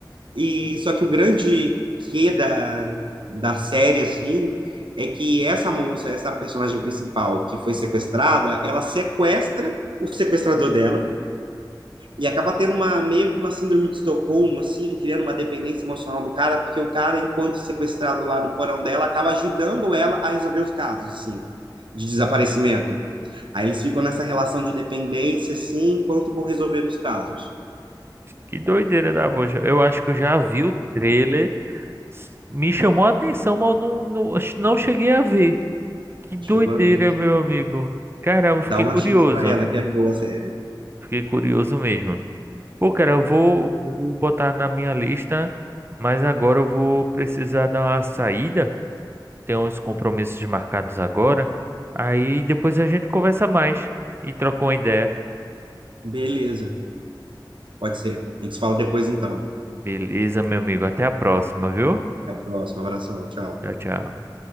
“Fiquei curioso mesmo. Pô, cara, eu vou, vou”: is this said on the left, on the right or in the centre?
Right